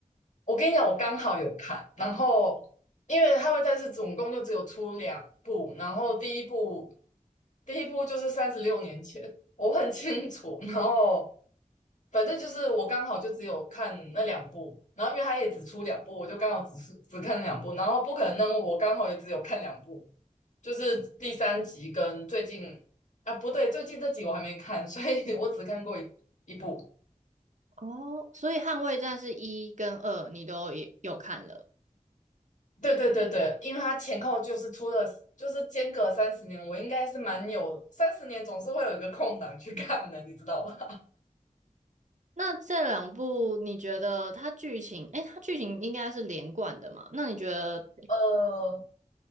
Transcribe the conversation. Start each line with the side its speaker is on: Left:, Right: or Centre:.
Left: 我跟你讲，我刚好有看，然后因为《捍卫战士》总共就只有出两部，然后第一部第一部就是三十六年前，我很清楚，然后反正就是我刚好就只有看那两部，然后因为它也只出两部，我就刚好只是只看两部，然后不可能任务我刚好也只有看两部，就是第三集跟最近啊不对，最近这集我还没看，所以 <laughs> 我只看过一一部，
Right: 哦，所以《捍卫战士》一跟二你都也有看了。
Left: 对对对对，因为它前后就是出了，就是间隔三十年，我应该是蛮有三十年总是会有一个空档去看的，你知道吧？
Right: 那这两部你觉得它剧情，诶，它剧情应该是连贯的嘛？那你觉得
Left: <laughs> 呃，